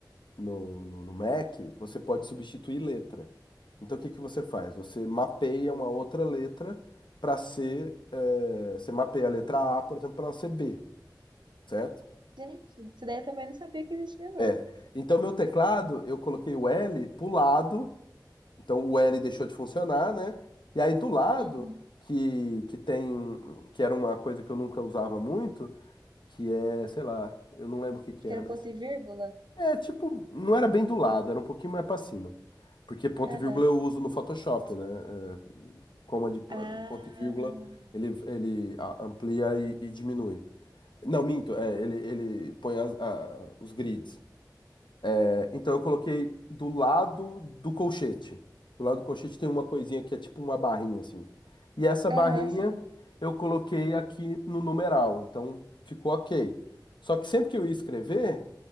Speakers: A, on the left; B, on the right.
A: no, no, no Mac, você pode substituir letra. Então, o que que você faz? Você mapeia uma outra letra para ser. eh, você mapeia a letra A, por exemplo, para ela ser B, certo?
B: Gente, isso daí eu também não sabia que existia, não
A: É. Então, meu teclado, eu coloquei o L pro lado, então o L deixou de funcionar, né? E aí do lado,
B: Uhum.
A: que, que tem. um, Que era uma coisa que eu nunca usava muito, que é, sei lá, eu não lembro o que que
B: Que
A: era,
B: era
A: mas.
B: ponto e vírgula?
A: É, tipo, não era bem do lado, era um pouquinho mais pra cima. Porque ponto
B: Aham.
A: e vírgula eu uso no Photoshop, né? É, coma de eh,
B: Ah.
A: ponto e vírgula, ele, ele a- amplia e, e diminui. Não, minto, é, ele, ele põe as- a- os grids. É, então eu coloquei do lado do colchete. Do lado do colchete tem uma coisinha que é tipo uma barrinha assim. E essa barrinha
B: Aham, sim.
A: eu coloquei aqui no numeral. Então ficou ok. Só que sempre que eu ia escrever,